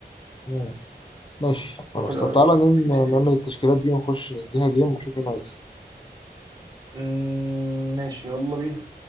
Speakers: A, on the left; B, on the right.
A: مم. ماشي خلاص
B: لاعب حلو قوي
A: طب تعالى نن-
B: في في في
A: نعمل التشكيلات دي ونخش نديها جيم ونشوف مين هيكسب
B: أمم، ماشي يلا بينا